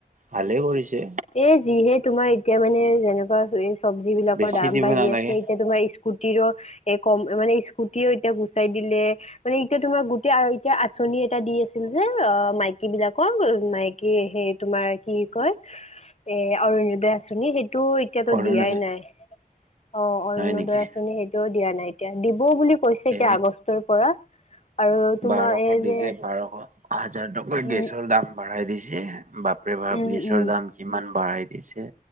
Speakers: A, on the right; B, on the left.
A: ভালে কৰিছে।
B: এ যিহে তোমাৰ এতিয়া মানে যেনেকুৱা চব্জি বিলাকৰ
A: বেছি
B: দাম
A: দিব
B: বাঢ়ি
A: নালাগে
B: আছে, এতিয়া তোমাৰ স্কুটিৰো, এ কম মানে স্কুটিও এতিয়া গুচাই দিলে। মানে এতিয়া তোমাৰ গোটেই এতিয়া আঁচনি এটা দি আছিল যে, অ', মাইকী বিলাকক, মাইক কি সেই তোমাৰ কি কয়! এ, অৰুনোদয় আঁচনি, সেইটো এতিয়াতো
A: সৰু
B: দিয়াই
A: নালাগে
B: নাই। অ', অৰুণোদয়
A: নহয় নেকি?
B: আঁচনি সেইটোও দিয়া নাই এতিয়া, দিবও বুলি কৈছে এতিয়া
A: এই
B: আগষ্টৰ পৰা। আৰু তোমাৰ
A: বাৰশ
B: এই
A: দিলে,
B: যে
A: বাৰশ হাজাৰ টকা
B: উম
A: গেছৰ দাম বাঢ়াই দিছে। বাপ এইবাৰ
B: উম
A: বিছৰ
B: উম
A: দাম কিমান বঢ়াই দিছে।